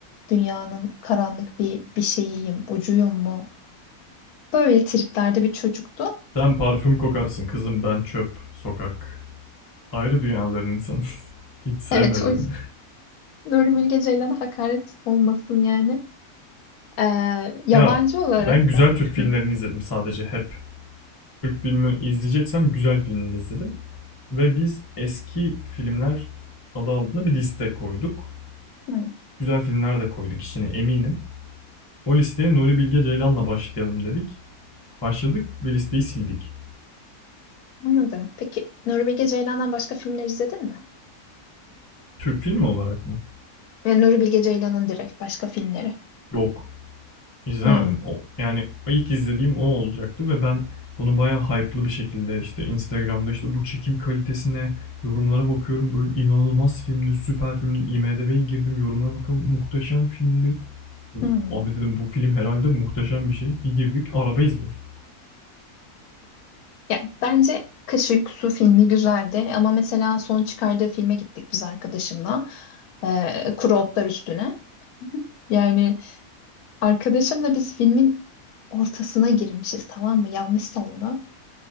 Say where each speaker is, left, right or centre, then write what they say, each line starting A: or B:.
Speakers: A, on the left; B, on the left.
A: dünyanın karanlık bir bir şeyiyim, ucuyum mu? Böyle triplerde bir çocuktu. <laughs>
B: Sen parfüm kokarsın kızım ben çöp, sokak. Ayrı dünyaların insanıyız. <laughs> Git sevme
A: Evet,
B: beni.
A: o yüzden Nuri Bilge Ceylan'a hakaret olmasın yani. Ee,
B: <laughs>
A: yabancı
B: ya
A: olarak
B: ben güzel
A: da.
B: Türk filmlerini
A: Hı.
B: izledim sadece hep. Türk filmi izleyeceksem güzel filmleri izledim. Ve biz eski filmler adı altında bir liste koyduk.
A: Hı,
B: güzel filmler de koyduk içine eminim. O listeye Nuri Bilge Ceylan'la başlayalım dedik. Başladık ve listeyi sildik.
A: anladım. Peki Nuri Bilge Ceylan'dan başka filmler izledin mi?
B: Türk filmi olarak mı?
A: Yani Nuri Bilge Ceylan'ın direkt başka filmleri.
B: Yok. İzlemedim.
A: Hı.
B: O, yani ilk izlediğim o olacaktı ve ben bunu bayağı hype'lı bir şekilde işte Instagram'da işte bu çekim kalitesine yorumlara bakıyorum. Böyle inanılmaz filmdi, süper filmdi. IMDb'ye girdim yorumlara bakıyorum. Muhteşem filmdi.
A: Hı.
B: Abi dedim bu film herhalde muhteşem bir şey. Bir girdik araba izliyoruz.
A: Ya bence Kış Uykusu filmi güzeldi ama mesela son çıkardığı filme gittik biz arkadaşımla. Ee, Kuru Otlar Üstüne. Yani arkadaşımla biz filmin ortasına girmişiz tamam mı? Yanlış salona.